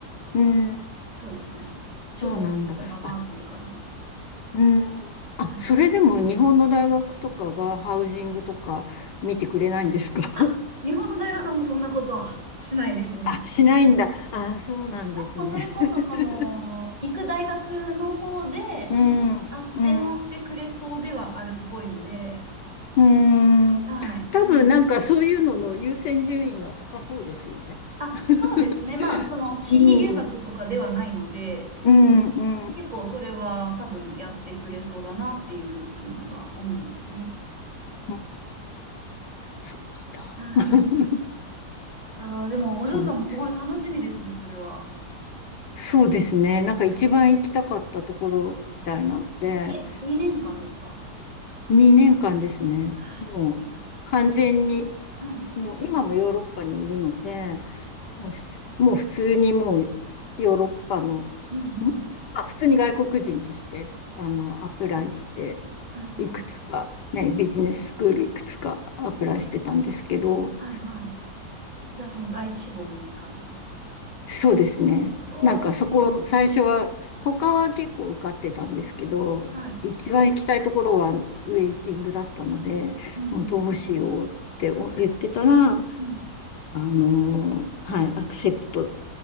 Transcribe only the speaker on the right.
そうですね。所属したままっていう感じです。
はい。
あ、
日本の大学はもうそんなことはしないですね。
もうそれこそ、
その、行く大学の方で、
斡旋はしてくれそうではあるっぽいので、
はい。
あ、
そうですね。まあ、その、私費留学とかではないので、
結構それは多分やってくれそうだなっていうふうには思いますね。
はい。
あー、でも、お嬢さんもすごい楽しみですね、
それは。
いえ、2年間ですか
ああ、
すごいな。はい。
うんうん。
おなるほど。
はいはい。じゃあ、その第一志望にって感じですか
お
おー。
はい。
うんうん。
うん。